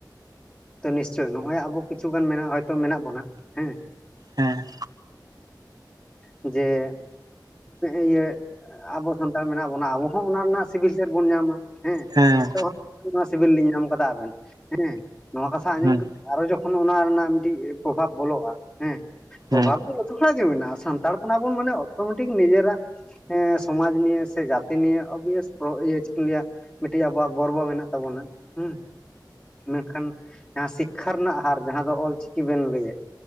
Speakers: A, on the left; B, on the right.
A: ᱛᱚ ᱱᱤᱥ ᱪᱮᱫ ᱱᱚᱜ-ᱚᱜ ᱟᱵᱚ ᱠᱤᱪᱷᱩ ᱜᱟᱱ ᱢᱮᱱᱟᱜ ᱦᱚᱛᱚ ᱢᱮᱱᱟᱜ ᱵᱚᱱᱟ ᱦᱮᱸ
B: ᱦᱮᱸ
A: ᱡᱮ ᱤᱭᱟᱹ ᱟᱵᱚ ᱥᱟᱱᱛᱟᱲ ᱢᱮᱱᱟᱜ ᱵᱚᱱᱟ ᱟᱵᱚ ᱦᱚᱸ ᱚᱱᱟ ᱨᱮᱱᱟᱜ ᱥᱤᱵᱤᱞ ᱛᱮᱫ ᱵᱚᱱ ᱧᱟᱢᱟ ᱦᱮᱸ
B: ᱦᱮᱸ
A: ᱛᱚ ᱱᱚᱣᱟ ᱥᱤᱵᱤᱞ ᱞᱤᱧ ᱧᱟᱢ ᱟᱠᱟᱫᱟ ᱟᱵᱮᱱ ᱦᱮᱸ ᱱᱚᱣᱟ ᱠᱟᱛᱷᱟ ᱟᱸᱡᱚᱢ
B: ᱦᱮᱸ
A: ᱠᱟᱛᱮ
B: ᱦᱮᱸ
A: ᱟᱨᱚ ᱡᱚᱠᱷᱚᱱ ᱚᱱᱟ ᱨᱮᱱᱟᱜ ᱢᱤᱫᱴᱤᱡ ᱯᱨᱚᱵᱷᱟᱵ ᱵᱚᱞᱚᱜᱼᱟ ᱦᱮᱸ ᱯᱨᱚᱵᱷᱟᱵ
B: ᱦᱮᱸ
A: ᱫᱚ ᱛᱷᱚᱲᱟᱜ ᱜᱮ ᱢᱮᱱᱟᱜᱼᱟ ᱥᱟᱱᱛᱟᱲ ᱠᱟᱱᱟ ᱵᱚᱱ ᱢᱟᱱᱮ ᱚᱴᱢᱮᱴᱤᱠ ᱱᱤᱡᱮᱨᱟᱜ ᱦᱮᱸ ᱥᱚᱢᱟᱡᱽ ᱱᱤᱭᱮ ᱥᱮ ᱡᱟᱹᱛᱤ ᱱᱤᱭᱮ ᱚᱵᱤᱭᱟᱥ ᱤᱭᱟᱹ ᱪᱮᱫ ᱤᱧ ᱞᱟᱹᱭᱟ ᱢᱤᱫᱴᱮᱱ ᱟᱵᱚᱣᱟᱜ ᱜᱚᱨᱵᱚ ᱢᱮᱱᱟᱜ ᱛᱟᱵᱚᱱᱟ᱾ ᱦᱮᱸ ᱢᱮᱱᱠᱷᱟᱱ ᱡᱟᱦᱟᱸ ᱥᱤᱠᱠᱷᱟ ᱨᱮᱱᱟᱜ ᱦᱟᱨ ᱡᱟᱦᱟᱸ ᱫᱚ ᱚᱞᱪᱤᱠᱤ ᱵᱮᱱ ᱞᱟᱹᱭᱮᱫ